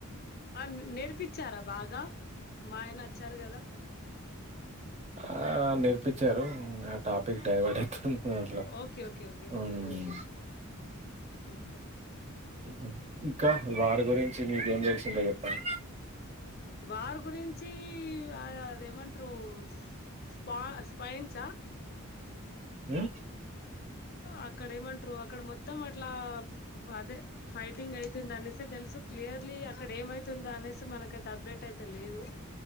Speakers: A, on the left; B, on the right.
A: ఆ నేర్పించారా బాగా మా ఆయన వచ్చారు కదా
B: ఆ నేర్పించారు ఆ టాపిక్ డైవర్ట్ అయితుంది అట్లా
A: ఓకే ఓకే ఓకే
B: మ్మ్
A: ఓకే ఓకే ఉ
B: ఉహు ఇంకా వారు గురించి మీకేం తెలిసుంటె చెప్పండి
A: వారు గురించి అదేమంటారు స్పా స్పైన్స
B: ఉ
A: అక్కడ ఏమంటారు అక్కడ మొ మొత్తం అట్లా అదే ఫైటింగ్ అయితుంది అనేసి తెలుసు క్లియర్లీ అక్కడ ఏమైతుందా అనేసి మనకైతే అప్డేట్ అయితే లేదు